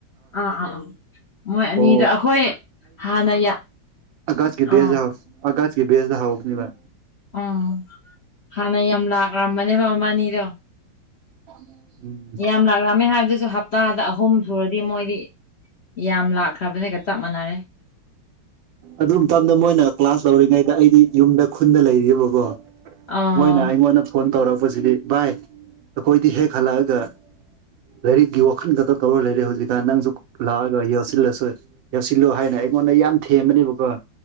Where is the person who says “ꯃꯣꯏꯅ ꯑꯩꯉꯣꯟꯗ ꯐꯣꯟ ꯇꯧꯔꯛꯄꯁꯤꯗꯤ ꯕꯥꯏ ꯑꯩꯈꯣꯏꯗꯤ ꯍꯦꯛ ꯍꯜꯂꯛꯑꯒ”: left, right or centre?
Right